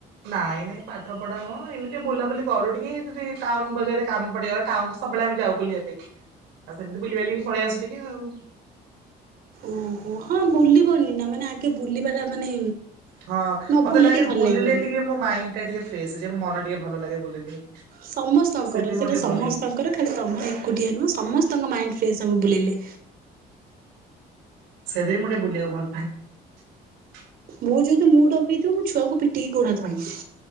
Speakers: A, on the right (about 85°); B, on the right (about 60°).
A: ନାଇଁ ନାଇଁ ପାଠ ପଢା ନୁହଁ ଏମିତି ବୁଲାବୁଲି କରୁ ଟିକେ ଯଦି ଟାଉନ ବଜାରରେ କାମ ପଡିଗଲା ଟାଉନ ତ ସବୁବେଳେ ଆମେ ଯାଉ ବୁଲିବା ପାଇଁ ଆଉ ସେମିତି ବୁଲିବା ପଳେଇ ଆସୁ ଟିକେ ଆଉ
B: ଓହୋ ହଁ ବୁଲିବ ନିନା ମାନେ ଆଗେ ବୁଲିବା ତା ମାନେ
A: ହଁ
B: ନ
A: ମତେ
B: ବୁଲିଲେ
A: ଲାଗେ
B: ଟିକେ ଭଲ
A: ବୁଲିଲେ
B: ଲାଗିବନି।
A: ଟିକେ ମୋ ମାଇଣ୍ଡ ଟା ଟିକେ ଫ୍ରେଶ ହେଇଯ ମନ ଟା ଟିକେ ଭଲ ଲାଗେ ବୁଲିଲେ
B: ସମସ୍ତଙ୍କର
A: ସେଥିପାଇଁ
B: ସେଇଟା
A: ମୁଁ ଟିକେ
B: ସମସ୍ତଙ୍କର
A: ବୁଲେ
B: ଖାଲି ତମର ଏକୁଟିଆ ନୁହେଁ ସମସ୍ତଙ୍କ ମାଇଣ୍ଡ ସେ ସବୁ ବୁଲିଲି
A: ସେଟ ମୁୋଟେ ବୁଲିବାକୁ ଭଲ ପାଏ
B: ମୋର ଯେହେତୁ ମୁଡ଼ ଅପ ହେଇଥିବ ମୁଁ ଛୁଆକୁ ପିଟିକି ଗୋଡ଼ ହାତ ଭାଙ୍ଗିଦେବି